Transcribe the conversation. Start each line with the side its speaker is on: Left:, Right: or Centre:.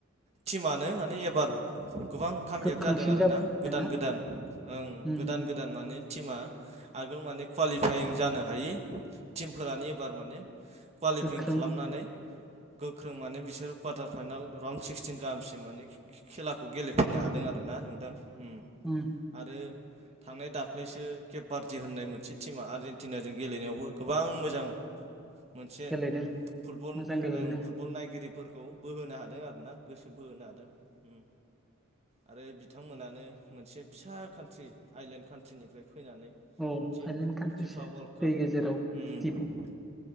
Right: टिमानो माने एबार गोबां खामियाब
Centre: गोख्रोंसिन
Right: जादों आरो
Centre: जाबोदोंना
Right: ना गोदान गोदान ओं
Centre: उम
Right: गोदान गोदान माने टिमा आगोल माने क्वालिफायिं जानो हायि टिमफोरानो एबार माने क्वालिफिं
Centre: गोख्रों
Right: खालामनानै गोख्रों माने बिसोर कवार्टार फाइनाल राउन्ड सिक्सटिन गाहामसिम माने खे-खे-खेलाखौ गेलेफैनो
Centre: औ
Right: हादों आरो। ना नोंथां? उम
Centre: उम।
Right: आरो थांनाय दा ख्लैसो केप बार्डि होननाय मोनसे टिमा आर्जेन्टिनाजों गेलेनायावबो गोबां मोजां मोनसे
Centre: गेलेदों
Right: फुटबल
Centre: मोजां गेलेदों
Right: ओं फुट बल नायगिरिफोरखौ बोहोनो हादों आरो ना गोसो बोहोनो हादों उम। आरो बिथांमोनानो मोनसे फिसा कान्ट्रि आइलेण्ड कान्ट्रिनिफ्राय फैनानै
Centre: औ
Right: मोनसे
Centre: थाइलेण्ड कान्ट्रिसो
Right: फिफा वर्ल्ड काप
Centre: दै गेजेराव।
Right: उम।
Centre: दिप